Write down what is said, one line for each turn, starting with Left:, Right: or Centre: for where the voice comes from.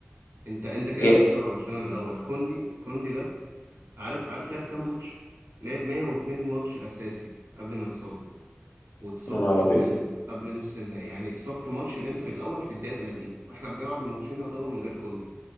Right: انت انت كده
Left: يا
Right: مش متابع برشلونه من الاول كوندي كوندي ده عارف عارف لعب كام ماتش لعب 102 ماتش اساسي قبل ما يتصاب واتصاب
Left: يا نهار
Right: قبل
Left: ابيض
Right: ال... قبل نص النهائي يعني اتصاب في ماتش الانتر الاول في الدقيقه 30 فاحنا بنلعب الماتشين يعتبر من غير كوندي